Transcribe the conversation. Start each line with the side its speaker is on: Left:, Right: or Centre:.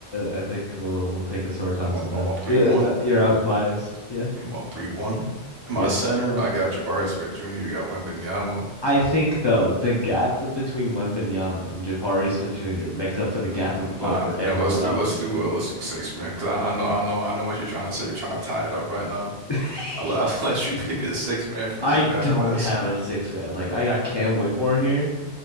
Left: I I think we'll we'll take a sore Thompson
Right: I'm up.
Left: then.
Right: I'm up three
Left: Yeah,
Right: one.
Left: th you're out biased. Yeah,
Right: I'm up three one. In my
Left: yeah.
Right: center, I got Jabari Smith Jr. You got Wembanyama.
Left: I think though the gap between Wembanyama and Jabari Smith Jr. makes up for the gap of
Right: Nah,
Left: over
Right: you
Left: everyone
Right: know, let's do
Left: else.
Right: let's do uh, let's do six man because I, I know I know I know what you're trying to say. You're trying to tie it up right now.
Left: <laughs>
Right: I'll, I'll <laughs> let you pick a six man from
Left: I
Right: your draft
Left: don't
Right: class.
Left: have a six man. Like I got Cam Whitmore here.